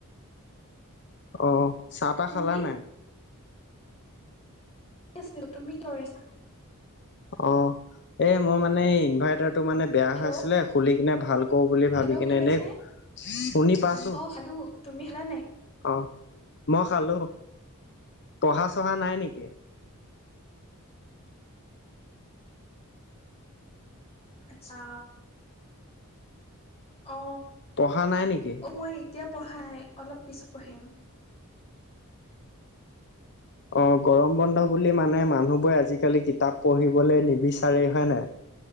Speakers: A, on the left; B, on the left.
A: অ চাহ তা
B: তুমি
A: খালা নাই?
B: আছিলো তুমি কি কৰিছা?
A: অ এ মোৰ মানে এই ইনভাৰ্টাৰটো মানে বেয়া
B: হেল্ল'
A: হৈ আছিলে খুলি কিনে ভাল কৰো বুলি ভাবি
B: হেল্ল'
A: কেনে
B: শুনি পাইছানে
A: এনেই শুনি পাছো।
B: অ খালো তুমি খালা নাই?
A: অ', মই খালো পঢ়া চঢ়া নাই নেকি?
B: আচ্ছা অ
A: পঢ়া নাই নেকি?
B: অ মই এতিয়া পঢ়াই অলপ পিছত পঢ়িম।
A: অ', গৰম বন্ধ বুলি মানে মানুহবোৰে আজিকালি কিতাপ পঢ়িবলে নিবিচাৰে হয়নে?